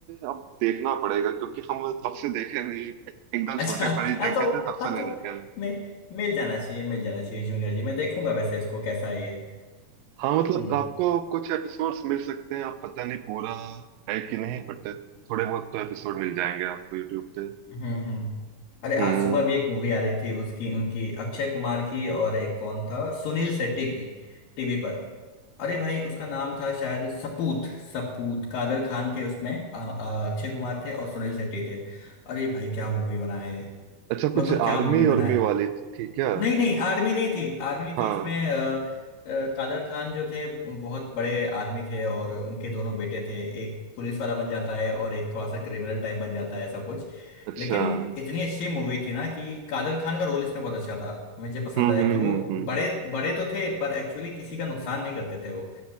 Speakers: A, on the right; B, on the left.
A: अब देखना पड़ेगा क्योंकि हम तब से देखे नहीं एकदम
B: अच्छा
A: छोटे पर ही
B: हाँ
A: देखे
B: तो
A: थे तब
B: हाँ
A: से
B: तो
A: नहीं देखे हैं
B: मैं मिल जाना चाहिए मिल जाना चाहिए जूनियर जी मैं देखूंगा वैसे इसको कैसा है ये
A: हाँ मतलब
B: हम्म
A: आपको कुछ एपिसोड्स मिल सकते हैं आप पता नहीं पूरा है कि नहीं बट थोड़े बहुत तो एपिसोड मिल जाएंगे आपको यूट्यूब पे
B: हम्म हम्म अरे
A: हम्म
B: आज सुबह भी एक मूवी आ रही थी उसकी उनकी अक्षय कुमार की और एक कौन था सुनील शेट्टी की टीवी पर अरे भाई उसका नाम था शायद सपूत सपूत कादर खान थे उसमें अ- अ- अक्षय कुमार थे और सुनील शेट्टी थे अरे भाई क्या मूवी बनाया है
A: अच्छा
B: मतलब
A: कुछ
B: क्या
A: आर्मी
B: मूवी बनाया
A: उर्मी
B: है
A: वाली थी क्या
B: नहीं नहीं आर्मी नहीं थी आर्मी नहीं
A: हाँ
B: थी इसमें अ, अ, कादर खान जो थे बहुत बड़े आदमी थे और उनके दोनों बेटे थे एक पुलिस वाला बन जाता है और एक थोड़ा सा क्रिमिनल टाइप बन जाता है ऐसा कुछ
A: अच्छा
B: लेकिन
A: हम्म
B: इतनी अच्छी मूवी थी ना कि कादर खान का रोल इसमें बहुत अच्छा था मुझे पसंद
A: हम्म
B: आया
A: हम्म
B: कि वो
A: हम्म
B: बड़े बड़े तो थे पर एक्चुअली किसी का नुकसान नहीं करते थे वो